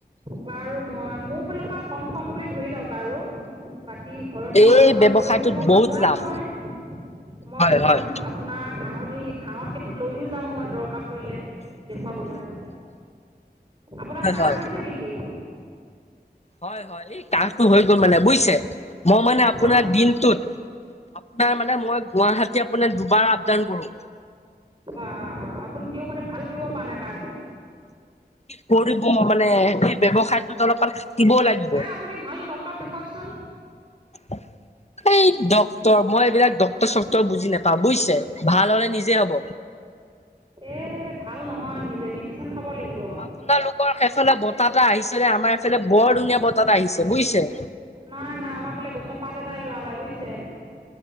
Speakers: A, on the right; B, on the left.
A: বাৰু মই মোৰ ফালৰ পৰা কনফাৰ্ম বুলি ধৰি লওক আৰু। বাকি ঘৰত
B: এই
A: মই আলোচনা
B: ব্যৱসায়টোত
A: কৰি লৈছো, মই
B: বহুত
A: বুজাম
B: লাভ
A: মই। মই
B: হয়
A: বুজাম
B: হয়
A: আপোনাৰ ঘাঁহনি - ঘাঁহৰ খেতিত লৈয়ো যাম মই দৰকাৰ পৰিলে দেখুৱাবলৈ, আপোনাৰ
B: হয়
A: কাহ
B: হয়
A: হৈছে নেকি?
B: হয় - হয় এই কাহটো হৈ গ'ল মানে বুজিছে, মই মানে আপোনাৰ
A: হয়
B: দিনটোত আপোনাৰ মানে মই গুৱাহাটী আপোনাৰ দুবাৰ আপডাউন কৰো।
A: বা, আপুনি তেওঁ মানে ভাল কৰিব পৰা নাই কাহটো।
B: কি কৰিব মানে, এই ব্যৱসায়টোত অলপমান খাকিবও লাগিব।
A: এ আপুনি ভাল ডক্টৰক দেখুৱওকচোন।
B: <inaudible> এই ডক্তৰ মই এইবিলাক ডক্তৰ চক্টৰ বুজি নাপাও বুজিছে, ভাল হ'লে নিজে হ'ব।
A: এ ভাল নহয় নিজে, মেডিচিন খাব লাগিব।
B: আপোনালোকৰ সেইফালে বতাহ এটা আহিছেনে, আমাৰ এইফে বৰ ধুনীয়া বতাহ এটা আহিছে বুজিছে।
A: নাই- নাই আমাৰ ফালে গছৰ পাত এটাই লৰা নাই বুজিছে।